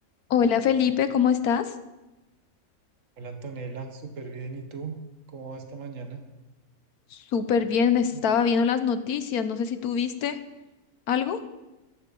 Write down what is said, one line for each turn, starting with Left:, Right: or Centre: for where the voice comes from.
Left: Hola Felipe, ¿cómo estás?
Right: Hola Antonella, súper bien. ¿Y tú? ¿Cómo va esta mañana?
Left: Súper bien, estaba
Right: Listo.
Left: viendo las noticias, no sé si tú viste algo.